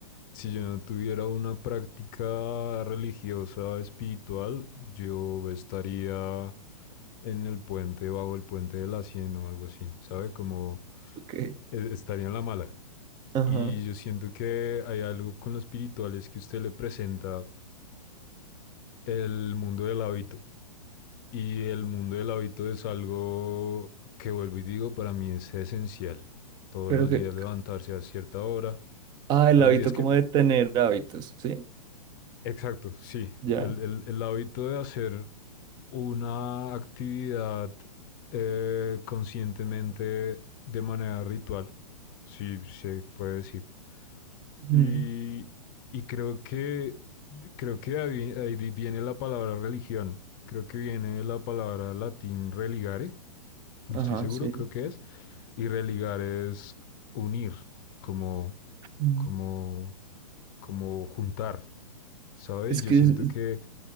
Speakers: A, on the left; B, on the right.
A: si yo no tuviera una práctica religiosa, espiritual, yo estaría en el puente, bajo el puente de la 100 o algo así, ¿sabe? Como
B: ok,
A: e- estaría en la mala.
B: ajá,
A: Y yo siento que hay algo con los espirituales que usted le presenta el mundo del hábito. Y el mundo del hábito es algo que vuelvo y digo, para mí es esencial. Todos
B: pero
A: los
B: que,
A: días levantarse a cierta hora.
B: ah, el
A: ¿Todos
B: hábito
A: los días qué?
B: como de tener hábitos, ¿sí?
A: Exacto, sí.
B: Ya,
A: El, el- el hábito de hacer una actividad eh, conscientemente de manera ritual, si se puede decir.
B: mm,
A: Y, y creo que, creo que ahí, ahí viene la palabra religión. Creo que viene de la palabra latín religare, no
B: ajá,
A: estoy seguro,
B: sí.
A: creo que es. Y religar es unir, como,
B: mm.
A: como, como juntar, ¿sabes?
B: Es
A: Y yo
B: que,
A: siento
B: es-
A: que